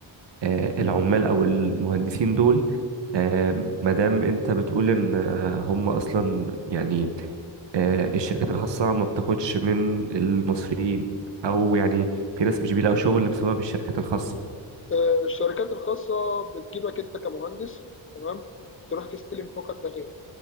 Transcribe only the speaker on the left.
آه، الشركات الخاصة بتجيبك أنت كمهندس تمام تروح تستلم فقط لا غير